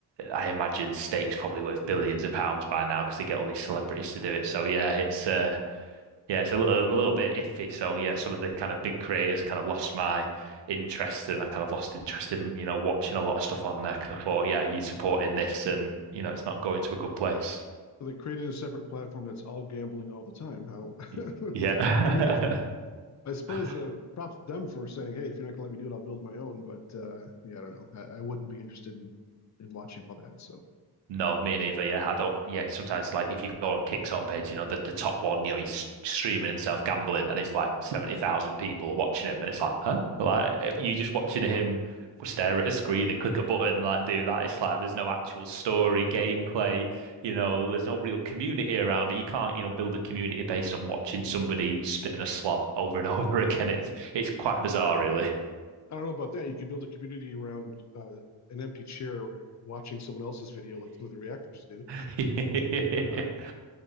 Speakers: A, on the right (about 80°); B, on the left (about 45°).
A: I imagine stakes probably worth billions of pounds by now because they get all these celebrities to do it. So yeah, it's uh yeah, it's a, li- a little bit iffy. So yeah, some of the kind of big creators kind of lost my interest, and I kind of lost interest in, you know, watching a lot of stuff on there because I thought, yeah, you're supporting this, and you know, it's not going to a good place.
B: So they created a separate platform that's all gambling all the time. How
A: Y-
B: <laughs>
A: Yeah.
B: how creative. I suppose
A: <laughs>
B: uh, props to them for saying, "Hey, if you're not gonna let me do it, I'll build my own." But uh, yeah, I don't know. I, I wouldn't be interested in in watching all that. So
A: No, me neither. Yeah, I don't. Yeah, sometimes like if you go on Kick's homepage, you know the, the top one, you know he's streaming himself gambling, and it's like seventy thousand people watching him, and it's like, huh? Like eh, you just watching him stare at a screen and click a button, like do that. It's like there's no actual story, gameplay. You know, there's no real community around it. You can't, you know, build a community based on watching somebody spin a slot over and <laughs> over again. It's it's quite bizarre, really.
B: I don't know about that. You could build a community around uh, an empty chair watching someone else's video, like some of the reactors do.
A: <laughs>
B: Uh,